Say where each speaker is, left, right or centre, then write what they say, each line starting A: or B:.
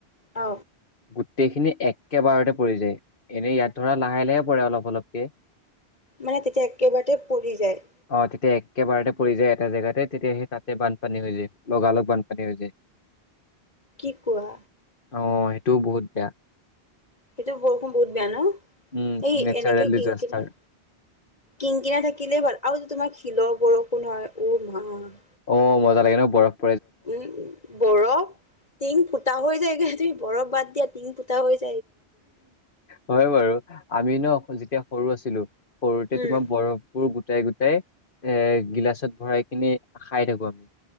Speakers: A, on the left (about 35°); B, on the left (about 55°).
A: অ
B: গোটেইখিনি একেবাৰতে পৰি যায়, এনেই ইয়াত ধৰা লাহে -লাহে পৰে অলপ- অলপকে
A: মানে তেতিয়া একেবাৰতে পৰি যায়
B: অ তেতিয়া একেবাৰতে পৰি যায় এটা জেগাতে তেতিয়া সেই তাতে বানপানী হৈ যায়, লগালগ বানপানী হৈ যায়।
A: কি কোৱা?
B: হয় ইটো বহুত বেয়া।
A: সেইটো বৰষুণ বহুত বেয়া ন?
B: উম
A: এই
B: নেচাৰেল
A: এনেকে
B: ডিজাষ্টাৰ
A: কিন- কিনাই, কিন -কিনাই থাকিলেই ভাল আৰু যে তোমাক শীতল বৰষুণনো আহে <unintelligible>
B: অঁ মজা লাগে বয়স
A: উম বৰফ টিং ফুটা হৈ যায়গৈ বৰফ বাদ দিয়া টিং পোতা হৈছে
B: হয় বাৰু আমি ন যেতিয়া সৰু আছিলো সৰুতে
A: উম
B: তোমাৰ বৰফবোৰ গোটাই গোটাই এৰ গিলাচত ভৰাই কিনি খাই থাকো আমি